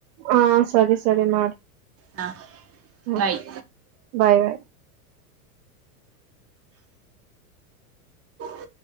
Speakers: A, on the right; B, on the right.
A: ಹಾ ಸರಿ ಸರಿ ಮಾಡಿ
B: ಹಾ
A: ಹ್ಮ
B: ಬಾಯ್
A: ಬಾಯ್ ಬಾಯ್
B: <unintelligible>